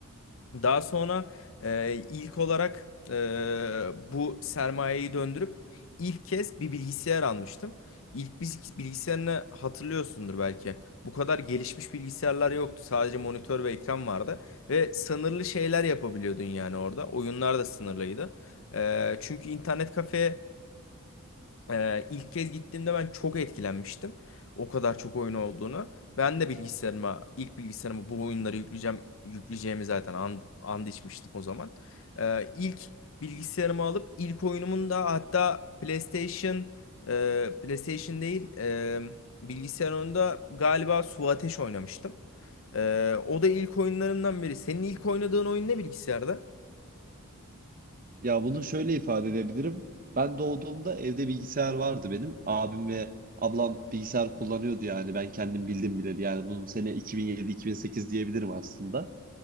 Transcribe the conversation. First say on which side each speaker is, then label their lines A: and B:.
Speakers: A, on the left; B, on the right.
A: Daha sonra e, ilk olarak e, bu sermayeyi döndürüp ilk kez bir bilgisayar almıştım. İlk biz- bilgisayarını hatırlıyorsundur belki. Bu kadar gelişmiş bilgisayarlar yoktu. Sadece monitör ve ekran vardı. Ve sınırlı şeyler yapabiliyordun yani orada. Oyunlar da sınırlıydı. E, çünkü internet kafeye ee, ilk kez gittiğimde ben çok etkilenmiştim. O kadar çok oyun olduğunu. Ben de bilgisayarıma, ilk bilgisayarıma bu oyunları yükleyeceğim, yükleyeceğimi zaten and, and içmiştim o zaman. Ee, ilk bilgisayarımı alıp ilk oyunumun da hatta PlayStation, e, PlayStation değil, e, bilgisayar oyununda galiba Su Ateş oynamıştım. Ee, o da ilk oyunlarımdan biri. Senin ilk oynadığın oyun ne bilgisayarda?
B: Ya bunu şöyle ifade edebilirim. Ben doğduğumda evde bilgisayar vardı benim. Abim ve ablam bilgisayar kullanıyordu yani ben kendim bildim bile. Yani bunun sene 2007-2008 diyebilirim aslında.